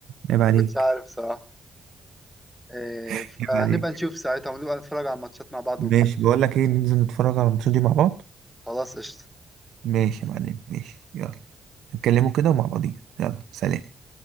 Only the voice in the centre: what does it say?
ما كنتش عارف صراحة إيه،
فهنبقى
نشوف ساعتها ونبقى نتفرج على الماتشات مع بعض
وكده
خلاص قشطة